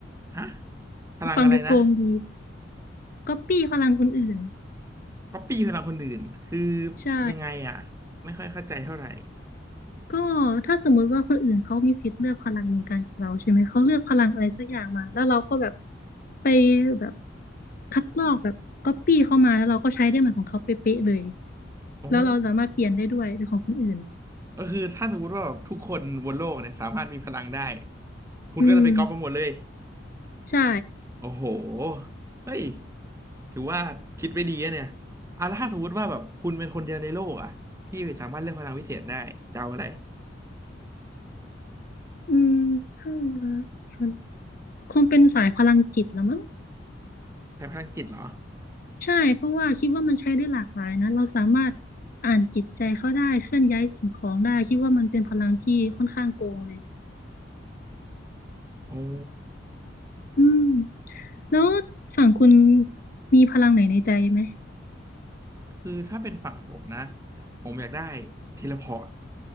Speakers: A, on the right (about 15°); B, on the left (about 50°).
A: ฮะพลังอะไรนะ
B: ฟังดูโกงดีก๊อปปี้พลังคนอื่น
A: ก๊อปปี้พลังคนอื่นคือ
B: ใช่
A: ยังไงอ่ะไม่ค่อยเข้าใจเท่าไหร่
B: ก็ถ้าสมมุติว่าคนอื่นเขามีสิทธิ์เลือกพลังเหมือนกันกับเราใช่ไหมเขาเลือกพลังอะไรสักอย่างมาแล้วเราก็แบบไปแบบคัดลอกแบบก๊อปปี้เข้ามาแล้วเราก็ใช้ได้เหมือนของเขาเป๊ะๆเลย
A: โอ้
B: แล้วเราสามารถเปลี่ยนได้ด้วยเป็นของคนอื่น
A: ก็คือถ้าสมมติว่าแบบทุกคนบนโลกเนี่ยสามารถมีพลังได้คุณก็จะไปก๊อปมาหมดเลย
B: อืมใช่
A: โอ้โหเฮ้ยถือว่าคิดไว้ดีอะเนี่ยอาแล้วถ้าสมมติว่าแบบคุณเป็นคนเดียวในโลกอะที่สามารถเลือกพลังวิเศษได้จะเอาอะไร
B: อืมถ้ารักคนคงเป็นสายพลังจิตละมั้ง
A: ใช้พลังจิตเหรอ
B: ใช่เพราะว่าคิดว่ามันใช้ได้หลากหลายนะเราสามารถอ่านจิตใจเขาได้เคลื่อนย้ายสิ่งของได้คิดว่ามันเป็นพลังที่ค่อนข้างโกงเลย
A: โอ้
B: อืมแล้วฝั่งคุณมีพลังไหนในใจไหม
A: คือถ้าเป็นฝั่งผมนะ ผมอยากได้เทเลพอร์ต